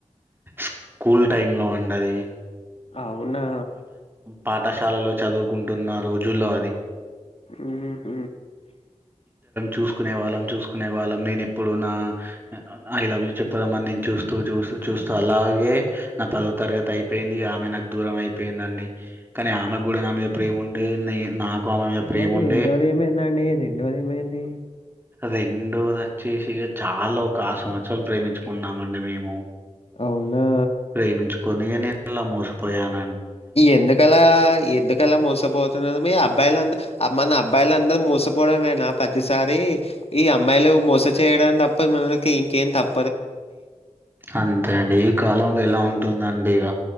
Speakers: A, on the right; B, on the left.
A: స్కూల్ టైమ్ లో అండి అదీ
B: అవునా
A: పాఠశాలలో చదువుకుంటున్న రోజుల్లో అది
B: ఊ హు
A: చూస్కునే వాళ్ళం చూస్కునే వాళ్ళం నేను ఎప్పుడు నా ఐ లవ్ యూ చెప్పదామని నేను చూస్తూ చూస్తూ చూస్తూ అలాగే నా పదవ తరగతి అయిపోయింది ఆమె నాకు దూరం అయిపోయిందండి కానీ ఆమెకు గూడా నా మీద ప్రేమ ఉండేనే నాకు ఆమె మీద ప్రేమ
B: మరి
A: ఉండే
B: రెండోది ఏమైందండి రెండోది ఏమైంది
A: రెండోది వచ్చేసి ఇగా చాలా ఒక ఆరు సంవత్సరాలు ప్రేమించుకున్నామండి మేము
B: అవునా
A: ప్రేమించుకొని నేనలా మోసపోయాన
B: ఎందుకలా ఎందుకలా మోసపోతున్నా మీ అబ్బాయిలంతా మన అబ్బాయిల అందరు మోసపోవడమేనా ప్రతిసారి ఈ అమ్మాయిలు మోస చేయడం తప్ప మనకి ఇంకేం తప్ప
A: అంతే అండి ఈ కాలంలో ఎలా ఉంటుందండి ఇగ